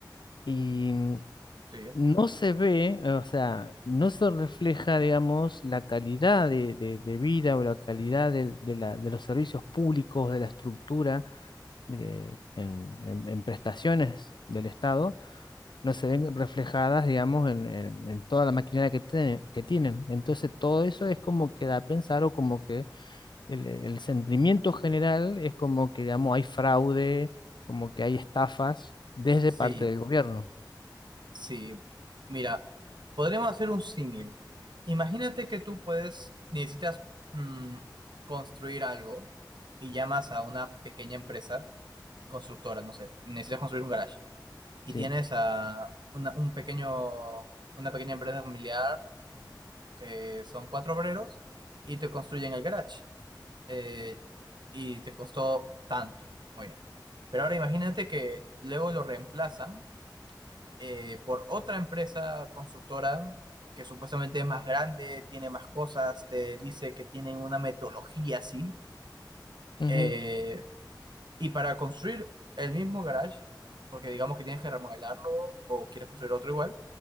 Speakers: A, on the left (about 75°); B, on the right (about 70°).
A: y mm,
B: sí.
A: no se ve, eh, o sea, no se refleja, digamos, la calidad de, de- de vida o la calidad del- de, la- de los servicios públicos, de la estructura, eh, en en- en prestaciones del Estado no se ven reflejadas, digamos, en, en- en toda la maquinaria que, tiene- que tienen. Entonces, todo eso es como que da a pensar o como que el, el sentimiento general es como que, digamos, hay fraude, como que hay estafas desde
B: Sí,
A: parte del gobierno.
B: sí. Mira, podríamos hacer un símil. Imagínate que tú puedes, necesitas mm, construir algo y llamas a una pequeña empresa constructora, no sé, necesitas construir un garage y
A: Sí.
B: tienes a una, un pequeño, una pequeña empresa familiar que son cuatro obreros y te construyen el garage. eh, y te costó tanto. Muy bien. Pero ahora imagínate que luego lo reemplazan eh, por otra empresa constructora que supuestamente es más grande, tiene más cosas, te dice que tienen una metodología así.
A: Ujú,
B: eh, y para construir el mismo garage, porque digamos que tienes que remodelarlo o quieres construir otro igual,